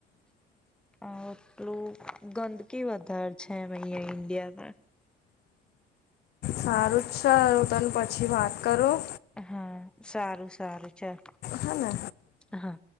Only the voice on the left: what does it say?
સારું ચલ હું તને પછી વાત કરું
હેને